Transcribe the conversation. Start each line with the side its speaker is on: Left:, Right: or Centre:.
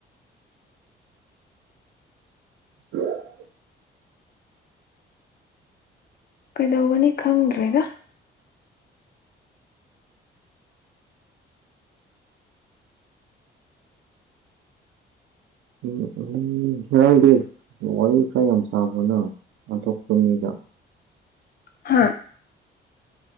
Right: <unintelligible>
Left: ꯀꯩꯗꯧꯒꯅꯤ ꯈꯪꯗ꯭ꯔꯦꯗ
Right: ꯎꯝ ꯎꯍꯨꯝ ꯉꯔꯥꯡꯗꯤ ꯋꯥꯔꯤ ꯈꯔ ꯌꯥꯝ ꯁꯥꯕ꯭ꯔꯣ ꯅꯪ ꯑꯟꯇꯣꯞꯄ ꯃꯤꯒ
Left: ꯍꯥ